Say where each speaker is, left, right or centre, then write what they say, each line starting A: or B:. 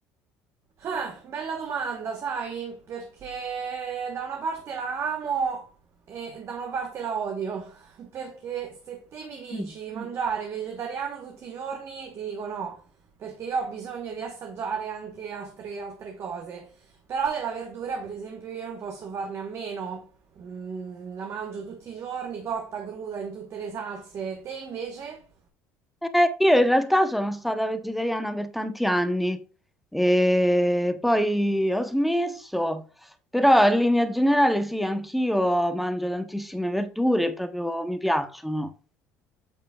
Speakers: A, on the right; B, in the centre.
A: Ah, bella domanda, sai, perché da una parte la amo e da una parte la odio. <laughs> Perché se te mi dici
B: Mm.
A: di mangiare vegetariano tutti i giorni, ti dico no, perché io ho bisogno di assaggiare anche altre, altre cose. Però della verdura, per esempio, io non posso farne a meno. Mm, la mangio tutti i giorni, cotta, cruda, in tutte le salse. Te invece?
B: Io in realtà sono stata vegetariana per tanti anni e poi ho smesso, però in linea generale sì, anch'io mangio tantissime verdure, proprio mi piacciono.